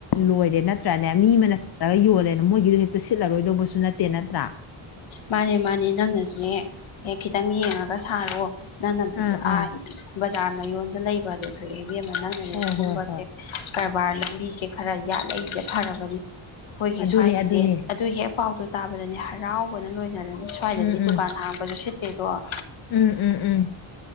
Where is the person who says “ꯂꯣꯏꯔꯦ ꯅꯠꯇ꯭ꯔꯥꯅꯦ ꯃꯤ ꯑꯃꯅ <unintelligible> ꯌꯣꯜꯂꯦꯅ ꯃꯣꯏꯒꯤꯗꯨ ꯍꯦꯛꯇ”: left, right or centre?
Left